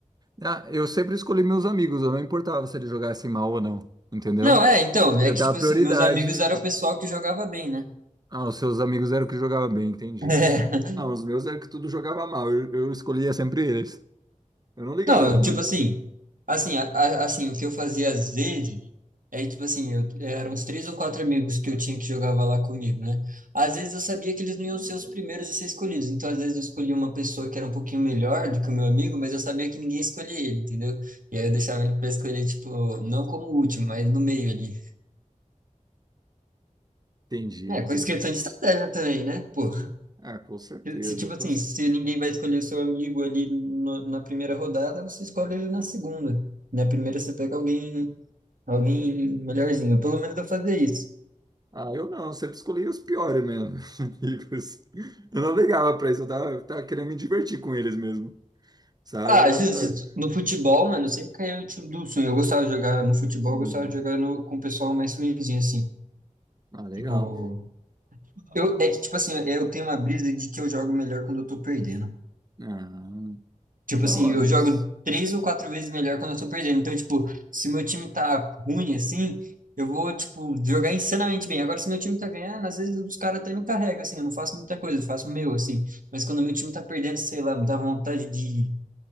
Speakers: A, on the right; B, on the right.
A: Ah, eu sempre escolhi meus amigos, eu não importava se eles jogassem mal ou não, entendeu?
B: Não, é, então,
A: Eu
B: é que,
A: dava
B: tipo assim,
A: prioridade.
B: meus amigos eram o pessoal que jogava bem, né?
A: Ah, os seus amigos eram que jogavam bem, entendi.
B: <laughs>
A: Ah, os meus eram que tudo jogava mal, eu, eu escolhia sempre eles. Eu não ligava,
B: Não, eu,
A: mano.
B: tipo assim, assim, a- a- assim, o que eu fazia às vezes é, tipo assim, eu, eram uns três ou quatro amigos que eu tinha que jogava lá comigo, né? Às vezes eu sabia que eles não iam ser os primeiros a ser escolhidos, então às vezes eu escolhia uma pessoa que era um pouquinho melhor do que o meu amigo, mas eu sabia que ninguém escolhia ele, entendeu? E aí eu deixava ele pra escolher, tipo, não como o último, mas no meio ali.
A: Entendi,
B: É,
A: entendi.
B: com questão de estratégia também, né? Pô,
A: Ah, com certeza.
B: se se, tipo
A: Com...
B: assim,
A: cer-
B: se ninguém vai escolher o seu amigo ali no- na primeira rodada, você escolhe ele na segunda. Na primeira você pega alguém Alguém melhorzinho. Pelo menos eu fazia isso.
A: Ah, eu não, sempre escolhi os piores mesmo, <laughs> amigos. Eu não ligava pra isso, eu tava, tava querendo me divertir com eles mesmo, sabe?
B: Ah,
A: Era.
B: justo, justo.
A: Ah,
B: No futebol, mano, eu sempre caía no time do sonho. Eu gostava de jogar no futebol,
A: hum,
B: eu gostava de jogar no- com o pessoal mais ruinzinho, assim.
A: ah, legal.
B: Tipo, eu, é que, tipo assim, eu tenho uma brisa de que eu jogo melhor quando eu tô perdendo.
A: Ah,
B: Tipo
A: da
B: assim,
A: hora
B: eu jogo
A: isso.
B: três ou quatro vezes melhor quando eu tô perdendo. Então, tipo, se meu time tá ruim, assim, eu vou, tipo, jogar insanamente bem. Agora, se meu time tá ganhando, às vezes os caras até me carregam, assim, eu não faço muita coisa, eu faço o meu, assim. Mas quando meu time tá perdendo, sei lá, me dá vontade de